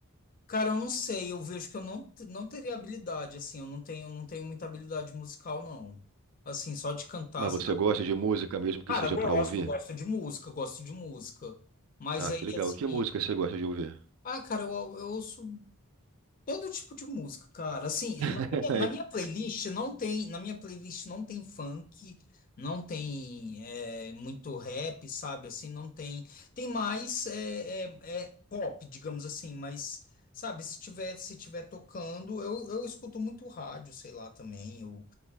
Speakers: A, on the left (about 40°); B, on the right (about 65°).
A: cara, eu não sei, eu vejo que eu não, te- não teria habilidade, assim, eu não tenho, não tenho muita habilidade musical, não. Assim, só de cantar,
B: Mas você
A: sabe?
B: gosta de música mesmo que
A: Cara,
B: seja
A: gosto,
B: para ouvir?
A: gosto de música, gosto de música. Mas
B: Ah,
A: aí,
B: que legal.
A: assim,
B: Que música você gosta de ouvir?
A: ah, cara, eu, eu ouço Todo tipo de música, cara. Assim, na
B: <laughs>
A: minha, na minha playlist não tem, na minha playlist não tem funk, não tem é, muito rap, sabe? Assim, não tem. Tem mais é, é, é pop, digamos assim, mas sabe, se tiver, se tiver tocando, eu, eu escuto muito rádio, sei lá, também. Eu,